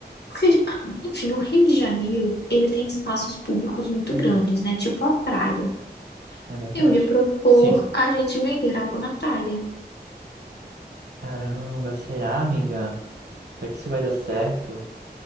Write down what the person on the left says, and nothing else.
porque, ah, enfim, o Rio de Janeiro, ele tem espaços públicos muito
grandes, né? Tipo a praia.
Eu ia propor
a gente vender algo na praia.